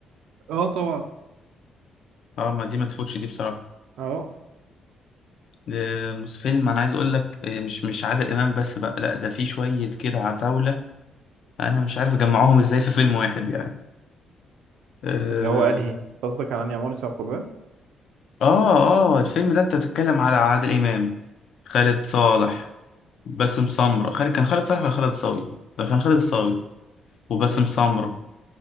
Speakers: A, on the right; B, on the left.
A: اه طبعا
B: اه ما دي ما تفوتش دي بصراحه
A: اه
B: آه، مس- فيلم انا عايز اقول لك آه، مش مش عادل امام بس بقى لا ده في شويه كده عتاوله انا مش عارف اجمعهم ازاي في فيلم واحد يعني اه
A: اللي هو أنهي أنت قصدك على أنهي عمارة يعقوبيان
B: اه آه، الفيلم ده انت بتتكلم على عادل امام خالد صالح باسم سمرة خالد كان خالد صالح ولا خالد صاوي لا، كان خالد الصاوي وباسم
A: مم.
B: سمرة